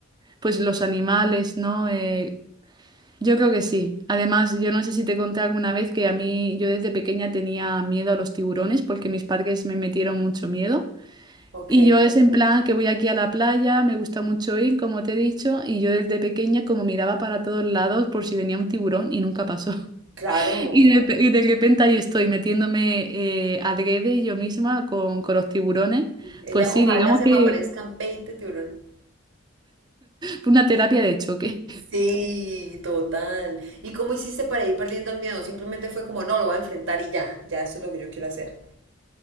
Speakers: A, on the right (about 20°); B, on the right (about 75°).
A: pues los animales, ¿no? Eh, yo creo que sí. Además, yo no sé si te conté alguna vez que a mí, yo desde pequeña tenía miedo a los tiburones porque mis padres me metieron mucho miedo.
B: Ok,
A: Y yo es en plan que voy aquí a la playa, me gusta mucho ir, como te he dicho, y yo desde pequeña como miraba para todos lados por si venía un tiburón y nunca pasó.
B: claro.
A: Y de, y de repente ahí estoy metiéndome eh, adrede yo misma con, con los tiburones.
B: Ella,
A: Pues sí,
B: ojalá
A: digamos
B: se
A: que
B: me aparezcan 20 tiburones.
A: fue una terapia de choque.
B: Sí, total. ¿Y cómo hiciste para ir perdiendo el miedo? Simplemente fue como, no, lo voy a enfrentar y ya, ya eso es lo que yo quiero hacer.